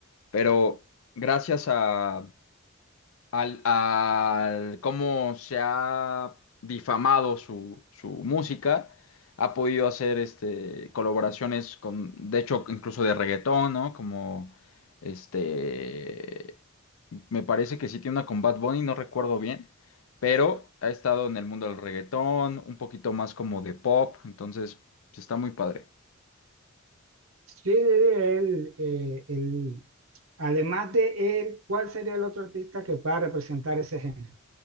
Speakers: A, on the left; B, on the right.
A: pero gracias a, al, al cómo se ha difamado su, su música, ha podido hacer este, colaboraciones con, de hecho, incluso de reggaetón, ¿no? Como este me parece que sí tiene una con Bad Bunny, no recuerdo bien, pero ha estado en el mundo del reggaetón, un poquito más como de pop, entonces pues, está muy padre.
B: Sí, sí, sí, él, eh, él- además de él, ¿cuál sería el otro artista que pueda representar ese género?